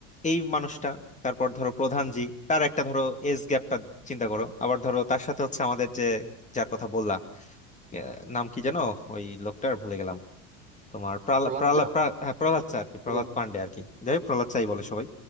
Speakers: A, on the left (about 20°); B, on the right (about 20°).
A: এই মানুষটা তারপর ধরো প্রধান জি তার একটা ধরো এজ গ্যাপটা চিন্তা করো আবার ধরো তার সাথে হচ্ছে আমাদের যে যার কথা বললা আহ, নাম কি জানো ওই লোকটার ভুলে গেলাম তোমার প্রহ্লাদ
B: প্রহ্লাদ
A: প্রহ্লাদ
B: চা
A: প্রা- হ্যাঁ, প্রহ্লাদ চা আর কি প্রহ্লাদ
B: প্রহ্লাদ
A: পান্ডে আর কি যাই হোক, প্রহ্লাদ চাই বলে সবাই